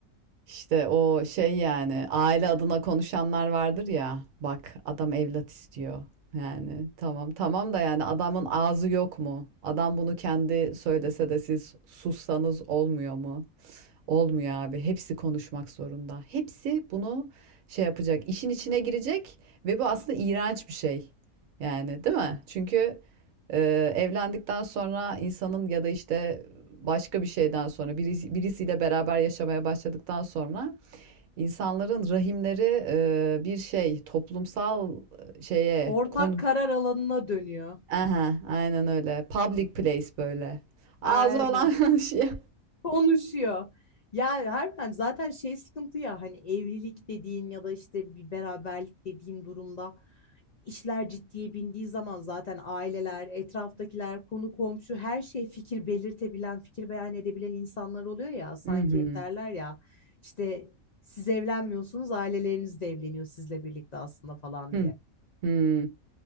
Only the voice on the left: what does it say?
ortak
karar alanına dönüyor.
Aynen.
Konuşuyor. Ya harbiden zaten şey sıkıntı ya hani evlilik dediğin ya da işte bir beraberlik dediğin durumda işler ciddiye bindiği zaman zaten aileler, etraftakiler, konu komşu her şey fikir belirtebilen, fikir beyan edebilen insanlar oluyor ya sanki
hep derler ya işte siz evlenmiyorsunuz aileleriniz de evleniyor sizle birlikte aslında falan
diye.